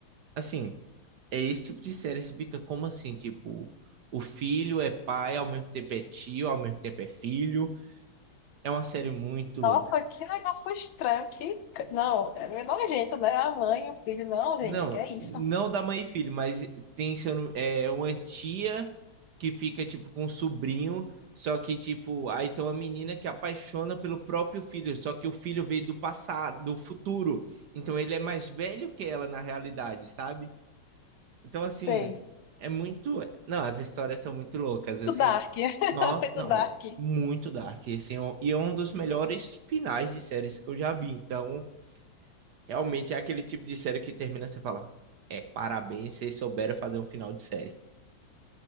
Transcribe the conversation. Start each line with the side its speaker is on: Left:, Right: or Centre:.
Right: Assim, é esse tipo de série, você fica como assim, tipo, o filho é pai, ao mesmo tempo é tio, ao mesmo tempo é filho. É uma série muito louca.
Left: Nossa, que negócio estranho, que. Não, é meio nojento, né? A mãe e o filho, não, gente,
Right: Não,
Left: que é isso?
Right: não da mãe e filho, mas tem seu, nu- é uma tia que fica tipo com um sobrinho, só que tipo, aí tem uma menina que apaixona pelo próprio filho, só que o filho veio do passado, do futuro. Então ele é mais velho que ela na realidade, sabe? Então, assim,
Left: Sei.
Right: é muito. Não, as histórias são muito loucas, assim.
Left: Muito Dark, <laughs>
Right: Não,
Left: muito
Right: não,
Left: Dark.
Right: muito dark, assim, é um- e é um dos melhores finais de séries que eu já vi. Então, realmente é aquele tipo de série que termina sem falar. É, parabéns, vocês souberam fazer um final de série.